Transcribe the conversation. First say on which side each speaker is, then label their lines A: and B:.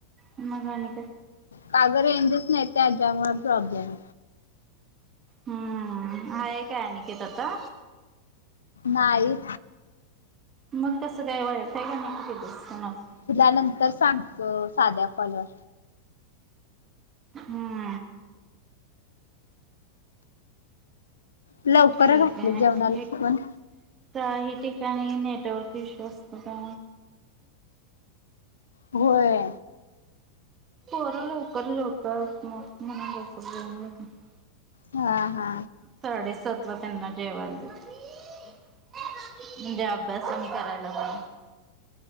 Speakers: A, on the right (about 25°); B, on the left (about 70°).
A: म मग <unintelligible>
B: काग रेंजच नाही त्याच्यामुळे प्रॉब्लेम
A: हम्म आहे काय अनिकेत आता
B: नाही
A: मग कसं काय वाय का कुठ दिस ना <unintelligible>
B: तुला नंतर सांगतो साध्या कॉलवर
A: हम्
B: लवकर
A: ठीक
B: घातले
A: आहे
B: जेवणाला
A: एक
B: पण
A: काही ठिकाणी नेटवर्क इश्यू असतो का
B: होय
A: होर लवकरच होता म्हणून लवकर जाऊन <unintelligible>
B: हा हा
A: साडेसात ला त्यांना जेवायला देते म्हणजे अभ्यासने करायला बघं <unintelligible>